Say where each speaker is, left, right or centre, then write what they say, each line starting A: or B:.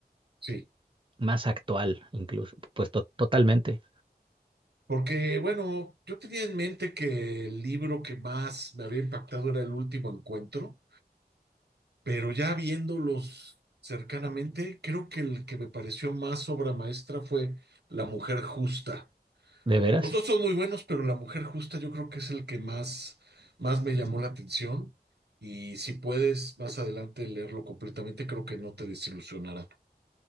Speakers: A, on the right; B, on the right.
A: sí.
B: más actual incluso, pues to- totalmente.
A: Porque, bueno, yo tenía en mente que el libro que más me había impactado era El Último Encuentro, pero ya viéndolos cercanamente, creo que el que me pareció más obra maestra fue La Mujer Justa.
B: ¿De veras?
A: Los dos son muy buenos, pero La Mujer Justa yo creo que es el que más, más me llamó la atención. Y si puedes más adelante leerlo completamente, creo que no te desilusionará.